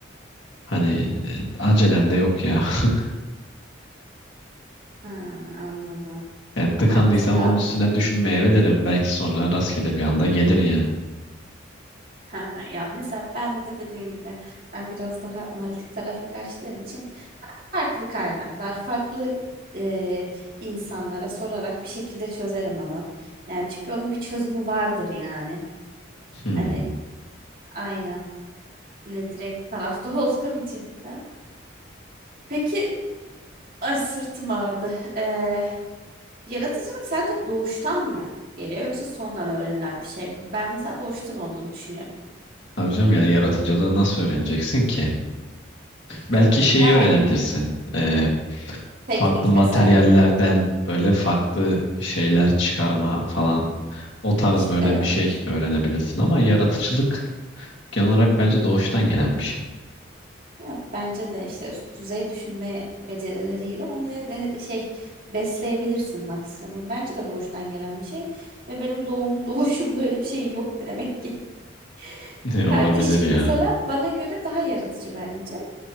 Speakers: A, on the left (about 75°); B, on the right (about 45°).
A: hani e, acelen de yok ya. <laughs>
B: Ha, anladım.
A: Yani tıkandıysam
B: Ya mesela
A: onun üstüne düşünmeyebilirim. Belki sonra rastgele bir anda gelir yani.
B: ha, ya mesela ben de dediğim gibi ben biraz daha analitik tarafa kaçtığım için Farklı kaynaklar, farklı e, insanlara sorarak bir şekilde çözerim onu. Yani çünkü onun bir çözümü vardır yani.
A: Hmm.
B: Hani aynen. Ne direkt tarafta <laughs> olduğum için ben. Peki, ay sırtım ağrıdı. Ee, yaratıcılık sence doğuştan mı geliyor yoksa sondan öğrenilen bir şey mi? Ben mesela doğuştan olduğunu düşünüyorum.
A: Hocam yani yaratıcılığı nasıl öğreneceksin ki? Belki
B: Ya-
A: şeyi
B: Yani
A: öğrenebilirsin. Ee,
B: teknik
A: farklı materyallerden
B: vesaire gibi.
A: böyle farklı şeyler çıkarma falan. O tarz
B: İşte
A: böyle
B: evet.
A: bir şey öğrenebilirsin ama yaratıcılık Genel olarak bence doğuştan gelen bir şey.
B: Ya bence de işte üst düzey düşünme becerileriyle onu ne de şey besleyebilirsin maksimum. Bence de doğuştan gelen bir şey ve benim doğum <laughs> doğuşumda öyle bir şey yok demek ki. <laughs>
A: <laughs> Olabilir
B: Kardeşim
A: ya.
B: mesela bana göre daha yaratıcı bence.